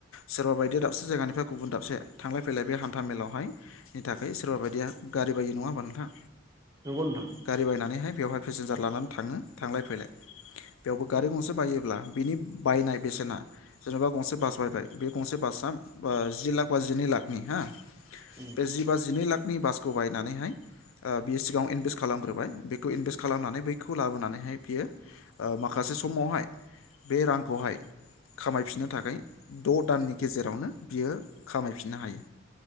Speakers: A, on the left; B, on the right.
A: सोरबा बायदिया दाबसे जायगानिफ्राय गुबुन दाबसे थांलाय फैलाय बे हान्थ मेलायावहायनि थाखाय सोरबा बायदिया गारि बायायो नङा हबा नोंथां
B: नंगौ नोंथां
A: गारि बायनानैहाय बेवहाय़ पेसेनजार लानानै थाङो थांलाय फैलाय बेवबो गारि गंसे बायोबा बिनि बायनाय बेसेना जेनबा गंसे बास बायबाय जेनबा बे गंसे बासआ जि लाक बा जिनै लाकनि हा
B: उम
A: बे जि बा जिनै लाक नि बासखौ बायनानैहाय बियो सिगाङाव इनभेस्ट खालामग्रोबाय बेखौ इनभेस्ट खालामनानै बैखौ लाबोनानैहाय बियो माखासे समावहाय बे रांखौहाय खामायफिननो थाखाय द दाननि गेजेरावनो बियो खामायफिननो हायो